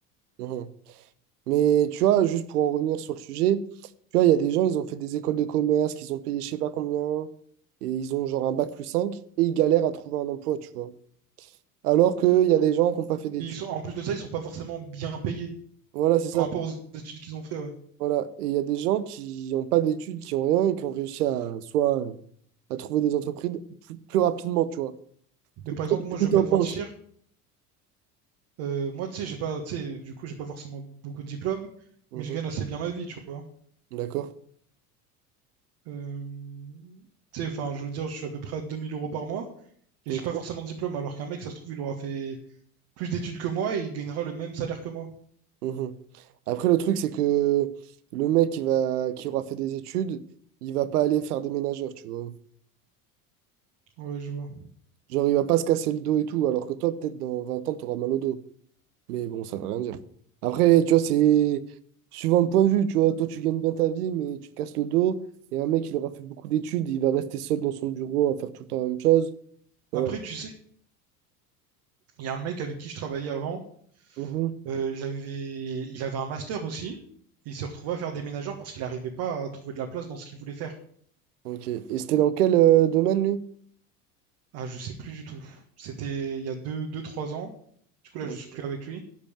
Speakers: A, on the right (about 75°); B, on the right (about 60°).
A: Mhm. Mais tu vois, juste pour en revenir sur le sujet, tu vois, il y a des gens, ils ont fait des écoles de commerce, qu'ils ont payé je sais pas combien, et ils ont genre un bac plus 5 et ils galèrent à trouver un emploi, tu vois. Alors qu'il y a des gens qui n'ont pas fait d'études.
B: Et ils sont, en plus de ça, ils sont pas forcément bien payés
A: Voilà, c'est ça.
B: par rapport aux études qu'ils ont fait, ouais.
A: Voilà. Et il y a des gens qui n'ont pas d'études, qui n'ont rien, et qui ont réussi à soit euh, à trouver des entreprises plus, plus rapidement, tu vois.
B: Mais par exemple,
A: Qu'est-ce
B: moi, je vais
A: que
B: pas
A: t'en
B: te
A: penses?
B: mentir. euh, moi, tu sais, j'ai pas, tu sais, du coup, j'ai pas forcément beaucoup de diplômes,
A: Mhm.
B: mais je gagne assez bien ma vie, tu vois.
A: D'accord.
B: Euh, tu sais, enfin, je veux dire, je suis à peu près à 2000 euros par mois, et
A: Ok.
B: j'ai pas forcément de diplôme, alors qu'un mec, ça se trouve, il aura fait plus d'études que moi et il gagnera le même salaire que moi.
A: Mhm. Après, le truc, c'est que le mec qui va, qui aura fait des études, il va pas aller faire des ménageurs, tu vois.
B: Ouais, je vois.
A: Genre, il va pas se casser le dos et tout, alors que toi, peut-être dans 20 ans, t'auras mal au dos. Mais bon, ça veut rien dire. Après, tu vois, c'est suivant le point de vue, tu vois. Toi, tu gagnes bien ta vie, mais tu te casses le dos. Et un mec, il aura fait beaucoup d'études, il va rester seul dans son bureau à faire tout le temps la même chose. Voilà.
B: Après, tu sais, il y a un mec avec qui je travaillais avant.
A: Mhm.
B: euh, il avait, il avait un master aussi. Et il se retrouvait à faire déménageur parce qu'il n'arrivait pas à trouver de la place dans ce qu'il voulait faire.
A: Ok. Et c'était dans quel euh, domaine, lui?
B: Ah, je sais plus du tout. C'était il y a deux, deux, trois ans. Du coup, là,
A: Ok.
B: je suis plus avec lui.